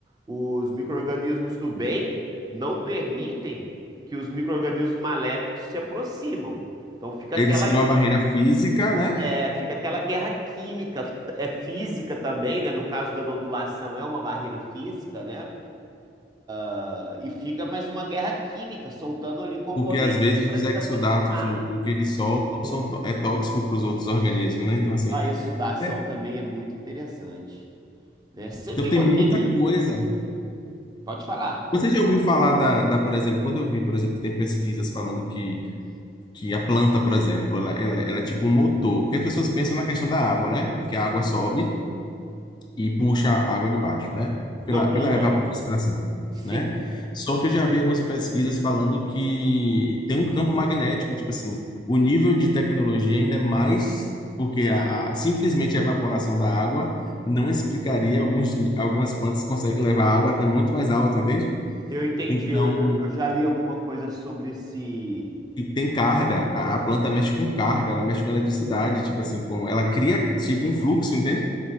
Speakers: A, on the right (about 20°); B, on the left (about 25°).
A: os micro-organismos do bem não permitem que os micro-organismos maléficos se aproximam. Então fica aquela,
B: eles criam uma barreira física, né?
A: é, fica aquela guerra química, é física também, né? No caso da nodulação, é uma barreira física, né? Ah, E fica mais uma guerra química, soltando ali componentes
B: Porque às vezes
A: para
B: os
A: desaproximar.
B: exudatos, o, o que eles soltam, são, tó- é tóxico para os outros organismos, né? Então, assim,
A: Ah, e a sudação
B: É,
A: também é muito interessante, né? Você
B: Então
A: viu
B: tem
A: aquele...
B: muita coisa.
A: Pode falar.
B: Você já ouviu falar da, da, por exemplo, quando eu vi, por exemplo, que tem pesquisas falando que, que a planta, por exemplo, ela, ela, ela é tipo um motor, porque as pessoas pensam na questão da água, né? Que a água sobe e puxa a água de baixo, né?
A: Uma
B: Pela,
A: bomba.
B: pela evapotranspiração,
A: Sim,
B: né? Só que eu já vi algumas pesquisas falando que tem um campo magnético, tipo assim, o nível de tecnologia ainda é mais, porque a, a- simplesmente a evaporação da água não explicaria alguns, algumas plantas conseguem levar água até muito mais alto, entende?
A: eu entendi.
B: Então,
A: Eu, eu, eu já li alguma coisa sobre esse...
B: e tem carga, a, a planta mexe com carga, ela mexe com eletricidade, tipo assim, com, ela cria tipo um fluxo, entende?